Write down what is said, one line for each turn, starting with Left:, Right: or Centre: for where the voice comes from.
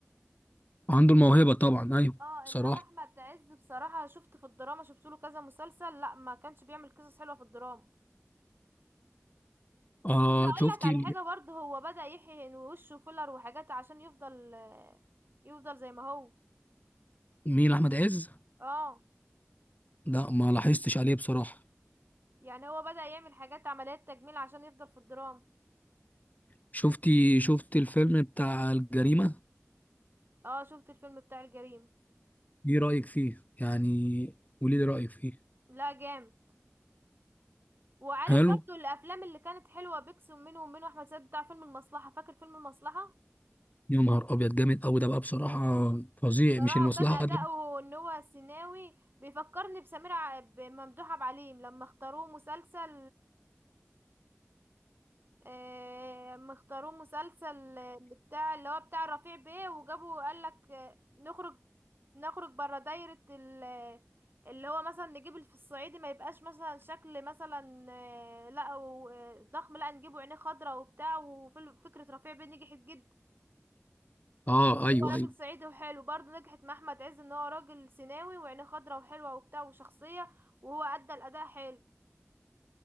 Left: عنده الموهبه طبعا ايوه
Right: اه
Left: بصراحه
Right: انما احمد عز بصراحه شفت في الدراما شفت له كذا مسلسل لا ما كانش بيعمل قصص حلوه في الدراما
Left: آه
Right: بس هقول
Left: شفتي
Right: لك على حاجه برضه هو بدأ يحيي وشه فيلر وحاجات عشان يفضل يفضل زي ما هو
Left: مين احمد عز
Right: اه
Left: لا ما لاحظتش عليه بصراحه
Right: يعني هو بدأ يعمل حاجات عمليات تجميل عشان يفضل في الدراما
Left: شفتي شفت الفيلم بتاع الجريمه
Right: اه شفت الفيلم بتاع الجريمه
Left: ايه رايك فيه يعني قولي لي رايك فيه
Right: لا جامد وعارف
Left: حلو
Right: برضه الافلام اللي كانت حلوه بيكسب منه ومنه احمد سعد بتاع فيلم المصلحه فاكر فيلم المصلحه
Left: يا نهار ابيض جامد قوي ده بقى بصراحه فظيع
Right: صراحة
Left: مش المصلحه
Right: وكان أداؤه
Left: دي
Right: إن هو سيناوي بيفكرني بسمير ع- بممدوح عبد العليم لما اختاروه مسلسل آه، لما اختاروه مسلسل آه، اللي بتاع اللي هو بتاع رفيع بيه وجابوا قال لك نخرج نخرج بره دايرة ال- اللي هو مثلا نجيب في الصعيدي ما يبقاش مثلا شكل مثلا آه، لا و- آه، ضخم لا نجيبه عينيه خضراء وبتاع وفكرة رفيع بيه نجحت جدا
Left: اه ايوه
Right: هو راجل
Left: ايوه
Right: صعيدي وحلو برضه نجحت مع احمد عز ان هو راجل سيناوي وعينيه خضرا وحلوه وبتاع وشخصيه وهو ادى الاداء حلو